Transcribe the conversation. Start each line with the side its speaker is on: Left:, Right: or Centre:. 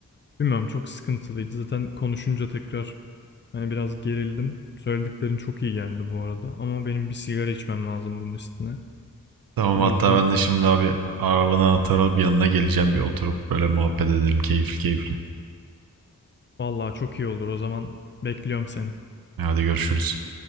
Left: Bilmiyorum çok sıkıntılıydı. Zaten konuşunca tekrar Hani biraz gerildim. Söylediklerin çok iyi geldi bu arada. Ama benim bir sigara içmem lazım bunun üstüne.
Right: tamam
Left: O
Right: hatta
Left: yüzden
Right: ben de şimdi abi arabanın anahtarı alıp yanına geleceğim bir oturup böyle muhabbet edelim keyifli keyifli.
Left: vallahi çok iyi olur. O zaman bekliyorum seni.
Right: Hadi görüşürüz.